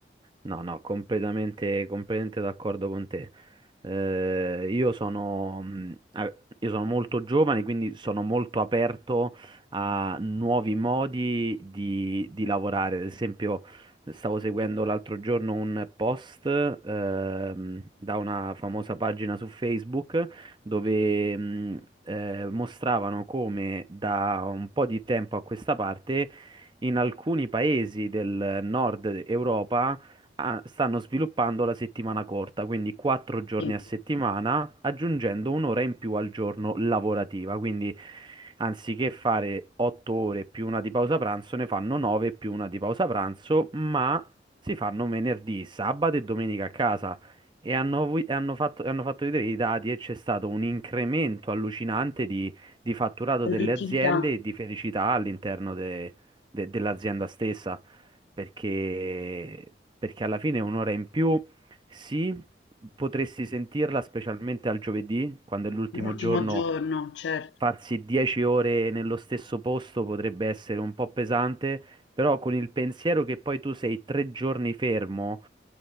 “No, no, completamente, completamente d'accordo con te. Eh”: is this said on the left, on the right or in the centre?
Right